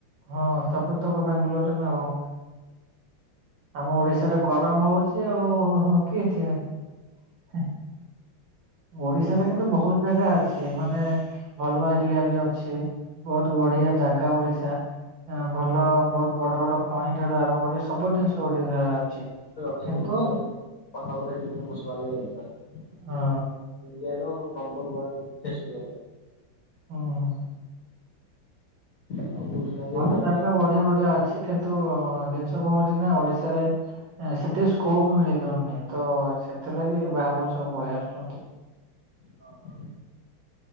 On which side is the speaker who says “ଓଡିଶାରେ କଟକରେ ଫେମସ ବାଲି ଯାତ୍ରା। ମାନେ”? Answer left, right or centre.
Left